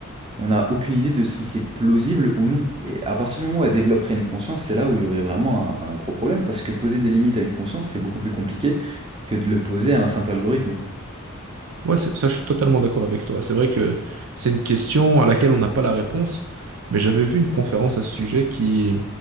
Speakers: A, on the right; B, on the right.
A: on n'a aucune idée de si c'est plausible ou non. Et à partir du moment où elle développerait une conscience, c'est là où il y aurait vraiment un, un gros problème, parce que poser des limites à une conscience, c'est beaucoup plus compliqué que de le poser à un simple algorithme, quoi.
B: ouais, c'est- ça, je suis totalement d'accord avec toi. C'est vrai que c'est une question à laquelle on n'a pas la réponse, mais j'avais vu une conférence à ce sujet qui